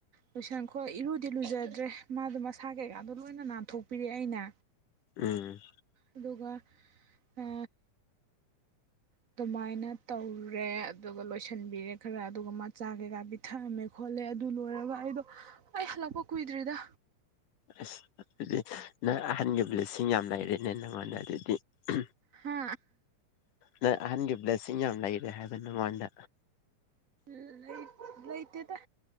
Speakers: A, on the right; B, on the left.
A: ꯂꯣꯏꯁꯟꯈꯣ ꯏꯔꯨꯗꯤ ꯂꯨꯖꯗ꯭ꯔꯦ ꯃꯥꯗꯣ ꯃꯁꯥ ꯀꯩꯀꯥꯗꯣ ꯂꯣꯏꯅ ꯅꯥꯟꯊꯣꯛꯄꯤꯔꯦ ꯑꯩꯅ
B: ꯎꯝ
A: ꯑꯗꯨꯒ ꯑ ꯑꯗꯨꯃꯥꯏꯅ ꯇꯧꯔꯦ ꯑꯗꯨꯒ ꯂꯣꯏꯁꯤꯟꯕꯤꯔꯦ ꯈꯔ ꯑꯗꯨꯒ ꯃꯥ ꯃꯆꯥ ꯀꯩꯀꯥ ꯄꯤ ꯊꯝꯃꯦ ꯈꯣꯠꯂꯦ ꯑꯗꯨ ꯂꯣꯏꯔꯒ ꯑꯩꯗꯣ ꯑꯩ ꯍꯜꯂꯛꯄ ꯀꯨꯏꯗ꯭ꯔꯤꯗ
B: ꯑꯁ ꯑꯗꯨꯗꯤ ꯅꯪ ꯑꯍꯟꯒ ꯕ꯭ꯂꯦꯁꯤꯡ ꯌꯥꯝ ꯂꯩꯔꯦꯅꯦ ꯅꯪꯉꯣꯟꯗ ꯑꯗꯨꯗꯤ ꯑ
A: ꯍꯥ
B: ꯅꯪ ꯑꯍꯟꯒꯤ ꯕ꯭ꯂꯦꯁꯤꯡ ꯌꯥꯝ ꯂꯩꯔꯦ ꯍꯥꯏꯕ ꯅꯪꯉꯣꯟꯗ
A: ꯎꯝ ꯂꯩ ꯂꯩꯇꯦꯗ